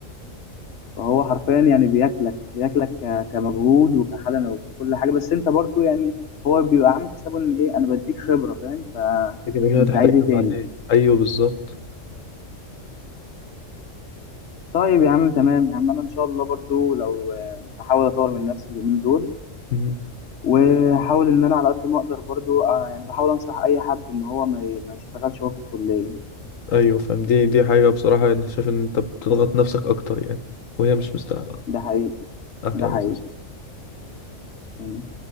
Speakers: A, on the left (about 60°); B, on the left (about 80°).
A: فهو حرفيا يعني بياكلك بياكلك ك- كمجهود وكحاله وكل حاجه بس انت برضو يعني هو بيبقى عامل حسابه ان ايه انا بديك خبره فاهم فانت
B: لكن هي هتحتاجها
A: عايز ايه
B: بعدين
A: تاني
B: ايوه بالظبط
A: طيب يا عم تمام يا عم انا ان شاء الله برضو لو آه، احاول اطور من نفسي اليومين دول
B: مم.
A: واحاول ان انا على قد ما اقدر برضو آه، يعني بحاول انصح اي حد ان هو ما ما يشتغلش وهو في الكليه
B: ايوه فاهم دي دي حاجة بصراحة يعني شايف ان انت بتضغط نفسك اكتر يعني وهي مش مستاهلة اصلا.
A: ده حقيقي
B: احلى
A: ده حقيقي
B: اساسا
A: تمام